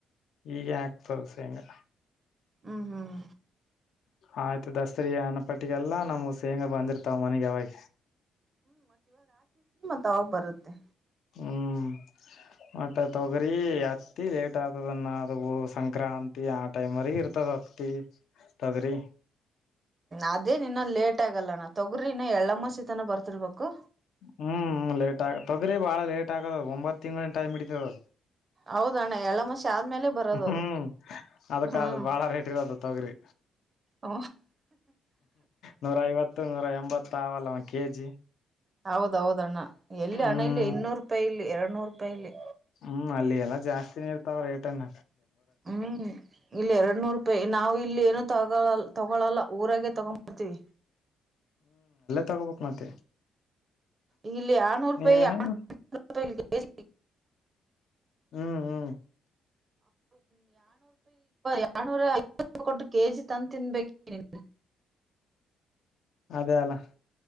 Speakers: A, on the left (about 70°); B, on the right (about 35°).
A: ಈಗ ಆಗ್ತದ ಶೇಂಗಾ
B: ಹ್ಮ್ ಹ್ಮ್
A: ಆಯ್ತು ದಸ್ತರಿ ಅನ್ನ ಪಟ್ಟಿಗೆಲ್ಲ ನಮ್ಮ ತೇಂಗ ಬಂದಿರ್ತಾವ ಮನೆಗೆ ಯಾವಾಗ
B: ತಾ ಬರುತ್ತೆ
A: ಹ್ಮ್ ಮಟ ತಗ್ರಿ ಆ ಅತ್ತತಿ ಲೇಟ್ ಆಗ್ತದನ್ನ ಅದು ಸಂಕ್ರಾಂತಿ ಆ ಟೈಮ್ವರೆಗ ಇರ್ತದ ಅತ್ತತಿ ತೊಗರಿ
B: ಅದೇ ನಿನ್ನೊ ಲೇಟ್ ಆಗಲ್ಲ ನ ತೊಗ್ರಿ ಇನ್ನ ಎಳ್ಳಮ್ಮಸಿತನ ಬರ್ತಿರ್ಬೇಕು.
A: ಹ್ಮ್ ಲೇಟ್ ಆಗತದ್ರೆ ಬಾಳ ಲೇಟ್ ಆಗದದ ಒಂಬತ್ ತಿಂ್ಗಳ ಟೈಮ್ ಇಡತದದು
B: ಹೌದಣ್ಣ ಎಳ್ಳಮಸಿ ಆದ್ಮೇಲೆ ಬರೋದದು
A: ಹ್ಮ್ ಅದಕ್ಕ
B: ಹ್ಮ್
A: ಬಾಳ ರೇಟ್ ಇರದ ತಗ್ರಿ
B: ಹ
A: ನೂರ ಐವತ್ತು ಇತ್ತ ನೂರ ಎಂಬತ್ತ ಆಾವಲ್ಲವಾ ಕೆಜಿ
B: ಹೌದೌದ ಅಣ್ಣ ಎಲ್ಲಿ
A: ಹ್ಮ್
B: ಹಣ ಇಲ್ಲಿ ಇನ್ನೂರು ರೂಪಾಯಿ ಇಲ್ಲಿ ಎರಡ್ನೂರು ರೂಪಾಯಿ ಇಲ್ಲಿ.
A: ಹ್ಮ್ ಅಲ್ಲಿ ಎಲ್ಲಾ ಜಾಸ್ತಿನೇ ಇರ್ತಾವ ರೇಟನ.
B: ಹ್ಮ್ ಇಲ್ಲ ಎರಡ್ ನೂರು ರೂಪಾಯಿ ನಾವು ಇಲ್ಲಿ ಏನ ತ ತಗೊಳಲ್ಲ ಊರಾಗೆ ತಗೊಂಬ್ತೀವಿ.
A: ತಗೋಬಕ್ ಮತ್ತೆ
B: ಇಲ್ಲಿ ಆರ್ನೂರು ರೂಪಾಯಿೂ
A: ನೀವೇನ್
B: ರೂಪಾಯಿ.
A: ಹ್ಮ್ ಹ್ಮ್
B: ಎರನೂರ ಐ ಕೊಟ್ಟು ಕೆಜಿ ತಂದು ತಿನ್ಬೇಕನ್
A: ಅದೇ ಅಲ್ಲ